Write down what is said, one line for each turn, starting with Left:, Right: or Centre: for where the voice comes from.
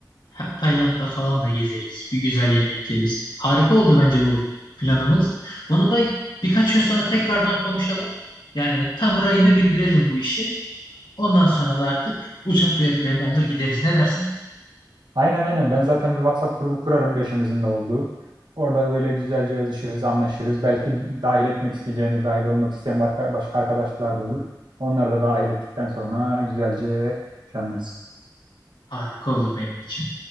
Left: Hem Tayland'da falan da gezeriz. Bir güzel yemek yeriz. Harika oldu bence bu planımız. Bunu da birkaç gün sonra tekrardan konuşalım. Yani tam rayına bindirelim bu işi. Ondan sonra da artık uçak biletlerini alır gideriz. Ne dersin?
Right: Aynen aynen. Ben zaten bir WhatsApp grubu kurarım beşimizin de olduğu. Orada böyle güzelce yazışırız, anlaşırız. Belki dahil etmek isteyeceğimiz, dahil olmak isteyen barka- başka arkadaşlar da olur. Onları da dahil ettikten sonra güzelce planlarız.
Left: Harika olur benim için.